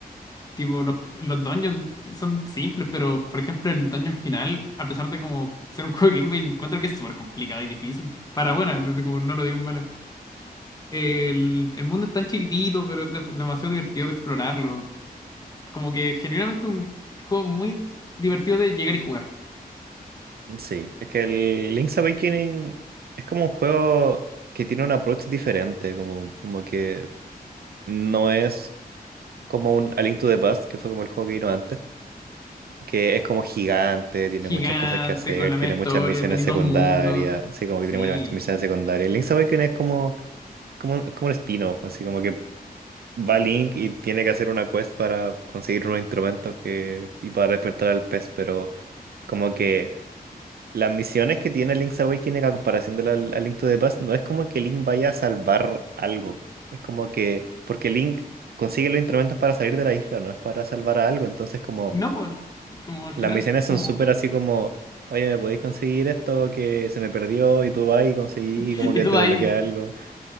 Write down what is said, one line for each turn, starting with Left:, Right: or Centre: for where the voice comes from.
Left: Tipo, los, los dungeons son simples, pero por ejemplo, el dungeon final, a pesar de como ser un <laughs> juego de Game Boy, encuentro que es súper complicado y difícil. Para buena, no sé cómo, no lo digo en mala. El, el mundo es tan chiquitito, pero es de- demasiado divertido de explorarlo. Como que genuinamente un juego muy divertido de llegar y jugar.
Right: Sí, es que el Link's Awakening es como un juego que tiene un approach diferente, como, como que no es como un A Link to the Past, que fue como el juego que vino antes, que es como gigante, tiene
Left: Gigante,
Right: muchas cosas que hacer,
Left: con la
Right: tiene
Left: misma
Right: muchas
Left: historia,
Right: misiones
Left: tenéis
Right: secundarias,
Left: dos mundos.
Right: sí, como
Left: Sí.
Right: que tiene muchas misiones secundarias. El Link's Awakening es como como, un- como un spin-off, así como que va Link y tiene que hacer una quest para conseguir unos instrumentos que, y para despertar al pez, pero como que las misiones que tiene Link's Awakening a comparación de la, a Link to the Past no es como que Link vaya a salvar algo, es como que, porque Link consigue los instrumentos para salir de la isla, no es para salvar a algo, entonces como
Left: No, por como al
Right: las
Left: final,
Right: misiones
Left: como
Right: son súper así como... Oye, ¿me podéis conseguir esto que se me perdió? Y tú vas y conseguí,
Left: <laughs>
Right: y como que
Left: Y tú
Right: te
Left: vas
Right: desbloquea
Left: ahí.
Right: algo.